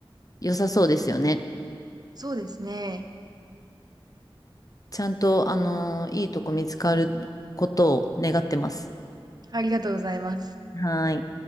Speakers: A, on the left; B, on the right.
A: 良さそうですよね。
B: そうですね。
A: ちゃんと、あのーいいとこ見つかることを願ってます。
B: ありがとうございます。
A: はーい。